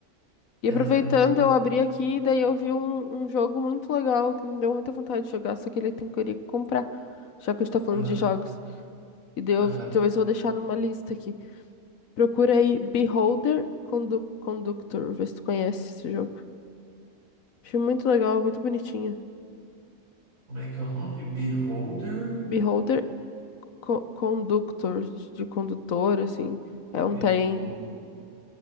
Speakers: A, on the right; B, on the left.
A: Eu
B: E aproveitando,
A: lembro
B: eu abri aqui, daí eu vi um, um jogo muito legal que me deu muita vontade de jogar, só que ele tem que eu iria comprar, já que a gente tá falando
A: Aham,
B: de jogos. E daí
A: aham.
B: eu talvez eu vou deixar numa lista aqui. Procura aí Beholder Condu Conductor, vê se tu conhece esse jogo. Achei muito legal, muito bonitinho.
A: Como é que é o nome? Beholder?
B: Beholder Co- Conductor, de condutor, assim. É um
A: Beholder.
B: trem.